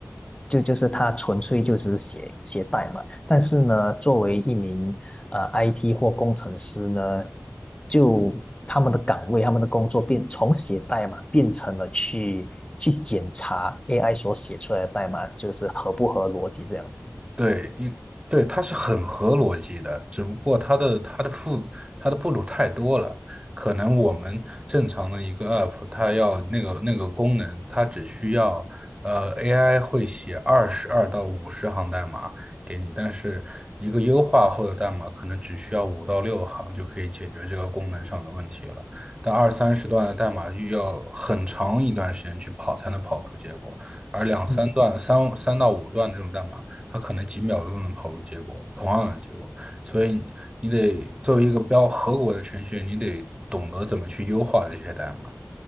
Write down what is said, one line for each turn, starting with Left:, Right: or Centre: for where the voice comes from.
Left: 就就是他纯粹就是写写代码，但是呢，作为一名呃 IT 或工程师呢，就他们的岗位、他们的工作变从写代码变成了去去检查 AI 所写出来的代码就是合不合逻辑这样子。
Right: 对，一对，它是很合逻辑的，只不过它的它的步它的步骤太多了。可能我们正常的一个 app，它要那个那个功能，它只需要呃 AI 会写二十二到五十行代码给你，但是一个优化后的代码可能只需要五到六行就可以解决这个功能上的问题了。但二三十段的代码又要很长一段时间去跑才能跑出结果。而两三段、
Left: 嗯，
Right: 三三到五段这种代码，它可能几秒钟能跑出结果，同样的结果。所以你得作为一个标合格的程序员，你得懂得怎么去优化这些代码。